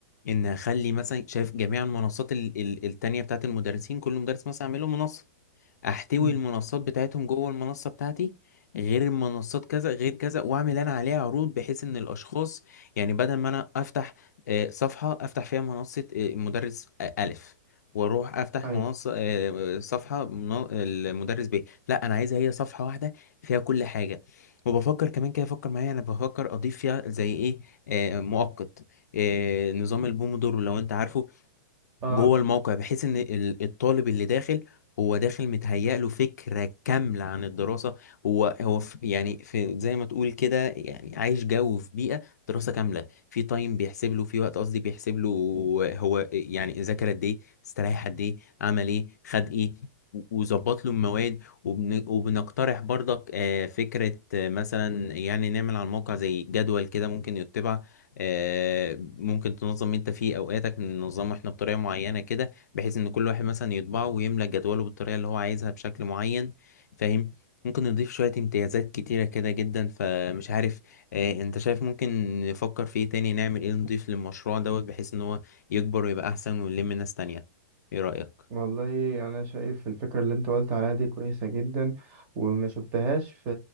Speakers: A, on the left; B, on the right.
A: ان اخلي مثلا شايف جميع المنصات ال- ال- التانية بتاعت المدرسين كل مدرس مثلا اعمله منصة احتوي
B: مم.
A: المنصات بتاعتهم جوه المنصة بتاعتي غير المنصات كذا غير كذا واعمل انا عليها عروض بحيث ان الاشخاص يعني بدل ما انا افتح آه، صفحة افتح فيها منصة آه، مدرس آه، الف واروح افتح
B: أيوة.
A: منصة آه، صفحة منا- المدرس ب لا انا عايزها هي صفحة واحدة فيها كل حاجة وبفكر كمان كده فكر معايا انا بفكر اضيف فيها زي ايه آه، مؤقت آه، نظام البومودورو لو انت عارفه
B: اه
A: جوه الموقع بحيث ان ال- الطالب اللي داخل هو داخل متهيأ له فكرة كاملة عن الدراسة هو هو في يعني في زي ما تقول كده يعني عايش جو في بيئة دراسة كاملة في تايم بيحسب له في وقت قصدي بيحسب له هو يعني ذاكر قد ايه استريح قد ايه عمل ايه خد ايه و- وظبط له المواد وبن... وبنقترح برضك آه، فكرة آه، مثلا يعني نعمل على الموقع زي جدول كده ممكن يتبع آه، ممكن تنظم انت فيه اوقاتك ننظمه احنا بطريقه معينه كده بحيث ان كل واحد مثلا يطبعه ويملى جدوله بالطريقه اللي هو عايزها بشكل معين فاهم ممكن نضيف شويه امتيازات كتيره كده جدا فمش عارف آه، انت شايف ممكن نفكر في ايه تاني نعمل ايه نضيف للمشروع دوت بحيث ان هو يكبر ويبقى احسن ونلم ناس تانية ايه رايك
B: والله انا شايف الفكره اللي انت قلت عليها دي كويسه جدا وما شفتهاش في